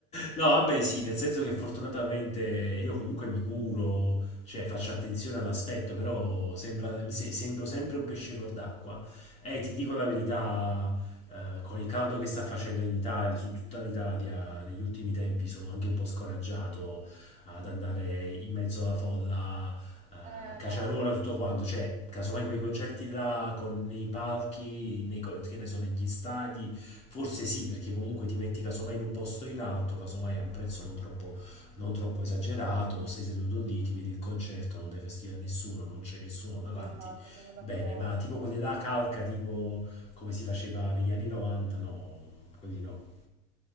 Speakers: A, on the left; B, on the right.
A: no, vabbè, sì, nel senso che fortunatamente io comunque mi curo, cioè faccio attenzione all'aspetto, però sembra, mi se- sembro sempre un pesce fuor d'acqua. E ti dico la verità, eh, con il caldo che sta facendo in Italia, su tutta l'Italia, negli ultimi tempi sono anche un po' scoraggiato ad andare in mezzo alla folla, eh,
B: Eh
A: caciarona,
B: no,
A: tutto quanto. Cioè, casomai quei concerti là con nei palchi, nei, co- che ne so, negli stadi, forse sì, perché comunque ti metti casomai in un posto in alto, casomai a un prezzo non troppo, non troppo esagerato, sei seduto lì, ti vedi il concerto, non dai fastidio a nessuno, non c'è nessuno
B: sì,
A: davanti.
B: esatto, sono d'accordo.
A: Bene, ma tipo quelli là calca, tipo come si faceva negli anni 90, no, quelli no.